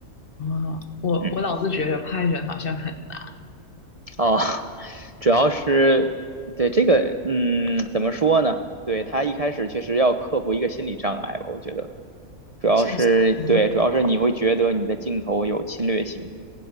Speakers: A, on the left; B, on the right.
A: 哦，我我老是觉得拍人好像很难，
B: 嗯，哦，<laughs> 主要是对这个，嗯，怎么说呢？对他一开始确实要克服一个心理障碍吧，我觉得主要是对，
A: 是不是啊？
B: 主要是你会觉得你的镜头有侵略性。